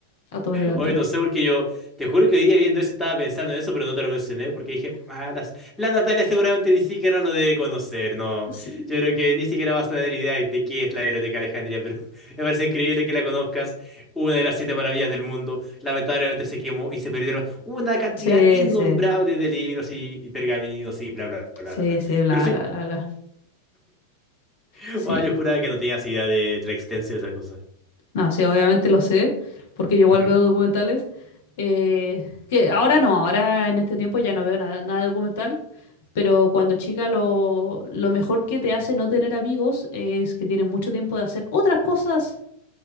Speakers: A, on the left (about 55°); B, in the centre.
A: automáticamente.
B: Hoy no sé porque yo, te juro que hoy día viendo eso estaba pensando en eso, pero no te lo mencioné porque dije, ah, las- la Natalia seguramente ni siquiera lo debe conocer, no.
A: Sí,
B: Yo creo que ni siquiera vas a tener idea de qué es la Biblioteca Alejandría, pero <laughs> me parece increíble que la conozcas, una de las siete maravillas del mundo. Lamentablemente se quemó y se perdieron una cantidad
A: sí,
B: innombrable
A: sí,
B: de libros y, y pergaminos y bla, bla, bla, bla,
A: sí,
B: bla. bla.
A: sí, bla,
B: Pero sí,
A: bla, bla, bla.
B: <laughs>
A: Sí.
B: ah, yo juraba que no tenías idea de, de la extensión de esa cosa.
A: No, sí, obviamente lo sé, porque yo igual
B: Ujú,
A: veo documentales. eh, que ahora no, ahora en este tiempo ya no veo nada, nada de documental. Pero cuando chica lo, lo mejor que te hace no tener amigos es que tienes mucho tiempo de hacer otras cosas